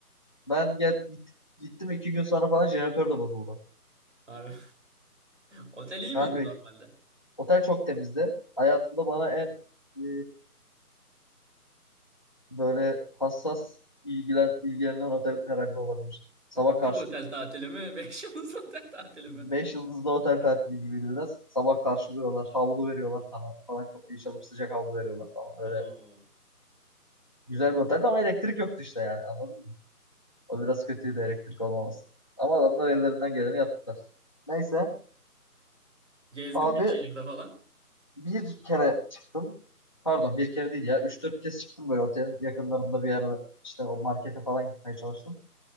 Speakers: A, on the left; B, on the right.
A: Ben gel, git- gittim 2 gün sonra falan jeneratör de bozuldu.
B: Abi, otel iyi
A: Kanka
B: miydi normalde?
A: otel çok temizdi. Hayatımda bana en e, böyle hassas ilgilen, ilgilenen otel herhalde olabilir. Sabah
B: Ha, Butik
A: karşı
B: otel tatili mi? <laughs> Beş yıldız otel tatili
A: Beş
B: mi?
A: yıldızlı otel tatili gibiydi biraz. Sabah karşılıyorlar, havlu veriyorlar falan, falan kapıyı çalıp sıcak havlu veriyorlar falan.
B: Oo.
A: Öyle güzel bir oteldi ama elektrik yoktu işte yani anladın mı? O biraz kötüydü elektrik olmaması. Ama adamlar ellerinden geleni yaptılar. Neyse
B: Gezdin
A: abi
B: mi şehirde falan?
A: bir kere çıktım. Pardon bir kere değil ya. üç dört kez çıktım böyle otelin yakınlarında bir yerle işte o markete falan gitmeye çalıştım.